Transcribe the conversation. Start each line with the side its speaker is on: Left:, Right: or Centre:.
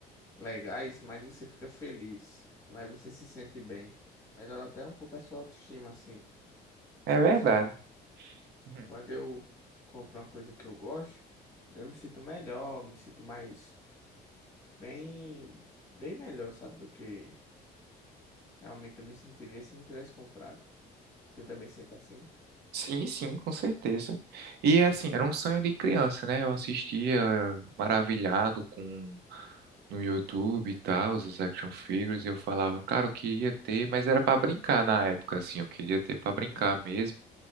Left: legais, mais você fica feliz, mais você se sente bem. Melhora até um pouco a sua autoestima, assim.
Right: É
Left: Vamos
Right: verdade.
Left: supor,
Right: Uhum.
Left: quando eu compro uma coisa que eu gosto, eu me sinto melhor, me sinto mais bem, bem melhor, sabe, do que realmente eu me sentiria se não tivesse comprado. Você também sente assim?
Right: Sim, sim, com certeza. E assim, era um sonho de criança, né? Eu assistia maravilhado com no YouTube e tal, os action figures, e eu falava, cara, eu queria ter, mas era pra brincar na época, assim, eu queria ter pra
Left: Uhum.
Right: brincar mesmo.